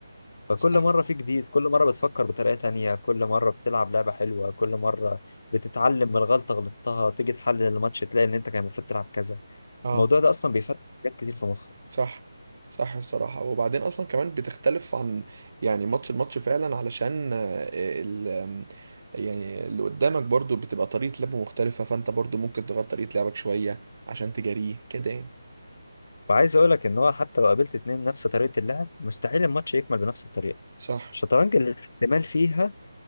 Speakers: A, on the left; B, on the right.
A: فكل
B: صح
A: مره في جديد كل مره بتفكر بطريقه تانية كل مره بتلعب لعبه حلوه كل مره بتتعلم من غلطه غلطتها تيجي تحلل الماتش تلاقي ان انت كان المفروض تلعب كذا
B: اه
A: الموضوع ده اصلا بيفتح حاجات كتير في مخك
B: صح صح الصراحه وبعدين اصلا كمان بتختلف عن يعني ماتش الماتش فعلا علشان آه، ال آم، يعني اللي قدامك برضه بتبقى طريقه لعبه مختلفه فانت برضه ممكن تغير طريقه لعبك شويه عشان تجاريه كده يعني
A: وعايز اقول لك ان هو حتى لو قابلت اتنين نفس طريقه اللعب مستحيل الماتش يكمل بنفس الطريقه
B: صح
A: الشطرنج الاحتمال فيها